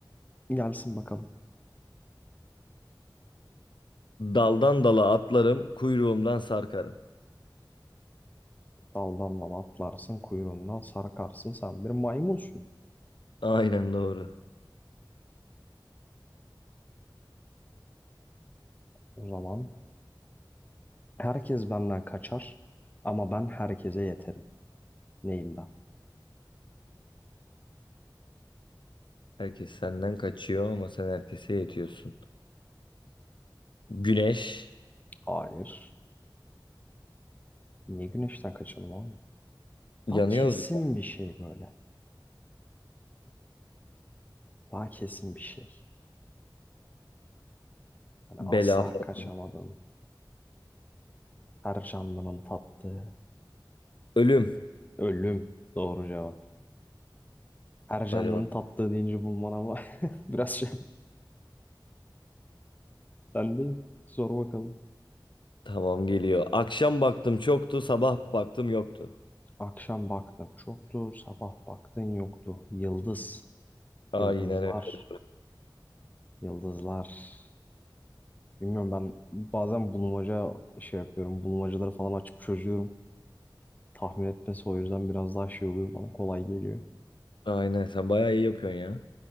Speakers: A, on the left; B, on the left.
A: Gelsin bakalım.
B: Daldan dala atlarım, kuyruğumdan sarkarım.
A: Daldan dala atlarsın, kuyruğundan sarkarsın. Sen bir maymunsun.
B: Aynen doğru.
A: O zaman Herkes benden kaçar ama ben herkese yeterim. Neyim ben?
B: Herkes senden kaçıyor ama sen herkese yetiyorsun. Güneş.
A: Hayır. Niye güneşten kaçalım oğlum?
B: Yanıyoruz
A: Daha kesin
B: ya.
A: bir şey böyle. Daha kesin bir şey. Hani
B: Bela.
A: asla
B: falan.
A: kaçamadım. Her canlının tattığı.
B: Ölüm.
A: Ölüm. Doğru cevap. Her canlının
B: Hadi bak.
A: tattığı deyince bulman ama <laughs> biraz şey. Ben değil. Sor bakalım.
B: Tamam geliyor. Akşam baktım çoktu, sabah baktım yoktu.
A: Akşam baktın çoktu. Sabah baktın yoktu. Yıldız.
B: Aynen
A: Yıldızlar.
B: öyle.
A: Yıldızlar. Bilmiyorum ben bazen bulmaca şey yapıyorum. Bulmacaları falan açıp çözüyorum. Tahmin etmesi o yüzden biraz daha şey oluyor bana kolay geliyor.
B: Aynen sen bayağı iyi yapıyorsun ya.